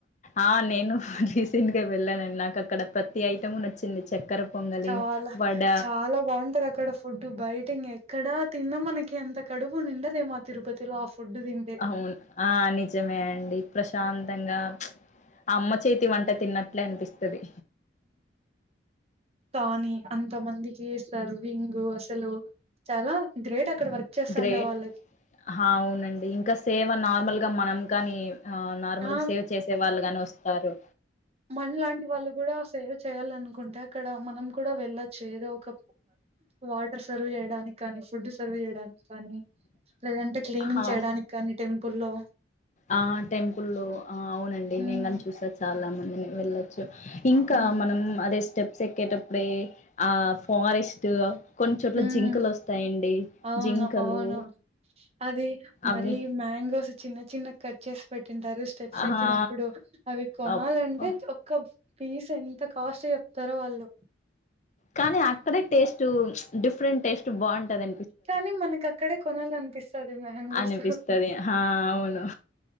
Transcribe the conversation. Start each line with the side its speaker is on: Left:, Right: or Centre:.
Left: ఆ నేను రీసెంట్గా వెళ్ళానండి నాకు అక్కడ ప్రతి ఐటము నచ్చింది చక్కెర పొంగలి
Right: చాల
Left: వడ
Right: చాలా బాగుంటదక్కడ ఫుడ్ బయటింగేక్కడా తిన్న మనకి ఎంత తిన్న కడుపు నిండదే మా తిరుపతిలో ఫుడ్ తింటే
Left: అవును ఆ నిజమే అండి ప్రశాంతంగా ప్చ్ అమ్మ చేతి వంట తిన్నట్లే అనిపిస్తది
Right: కానీ అంత మందికి ఇస్తారు అసలు చాలా గ్రేట్ అక్కడ వర్క్ చేస్తాండే
Left: గ్రేట్
Right: వాళ్ళకి
Left: హ అవునండి ఇంకా సేవ నార్మల్ గా మనం గాని ఆ నార్మల్గా
Right: ఆ
Left: సేవ చేసే వాళ్ళుగాని ఓస్తారు
Right: మన లాంటి వాళ్ళు కూడా సేవ చేయాలనుకుంటే అక్కడ మనం కూడా వెళ్ళొచ్చు ఏదో ఒక వాటర్ సర్వ్ చేయడానికి కానీ ఫుడ్ సర్వ్ చేయడానికి కానీ లేదంటే క్లీనింగ్
Left: హా
Right: చేయడానికి కానీ టెంపుల్లో
Left: ఆ టెంపుల్ల్లో ఆ అవునండి
Right: హ్మ్
Left: నేను అవి చూసా చాలా మంది వెళ్ళొచ్చు ఇంకా
Right: హ్మ్
Left: మనం అదే స్టెప్స్ ఎక్కే టప్పుడే ఆ ఫారెస్ట్ అ కొన్ని చోట్ల
Right: హ్మ్.
Left: జింకలోస్తాయండి
Right: అవును
Left: జింకలు
Right: అవును అది
Left: అవి
Right: మరి మ్యాంగోస్ చిన్న చిన్న కట్ చేసి పెట్టింటారు స్టెప్స్
Left: ఆహా
Right: ఎక్కినప్పుడు అవి కొనాలంటే
Left: అబ్బా
Right: తో కప్ ఫీస్ ఎంత కాస్ట్ చెప్తరో వాళ్ళు
Left: కానీ అక్కడే టేస్ట్ డిఫరెంట్ టేస్ట్ బాగు ఉంటది
Right: కానీ మనకు అక్కడే కొనాలనిపిస్తది మ్యాంగోస్
Left: అనిపిస్తది హా అవును